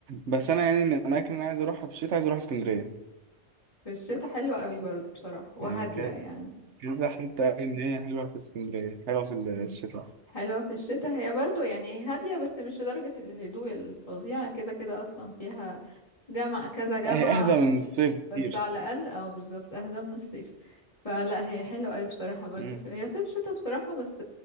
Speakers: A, on the right (about 75°); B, on the left (about 30°).
A: بس انا يعني من الاماكن اللي أنا عايز اروحها في الشتاء عايز اروح اسكندرية
B: في الشتاء حلوه قوي برضو بصراحه وهاديه
A: يعني ك-
B: يعني
A: كذا حتة قال ان هي حلوة في اسكندرية حلوة في
B: مم.
A: الشتاء
B: حلوة في الشتاء هي برضو يعني هادية بس مش لدرجة الهدوء الفظيعة كده كده أصلا فيها جامعة كذا جامعة
A: لا، هي اهدى من
B: و...
A: الصيف كتير
B: بس على الأقل أو بالظبط أهدى من الصيف فلا هي حلوة أوي بصراحة برضو
A: مم.
B: في... هي صيف شتاء بصراحة بس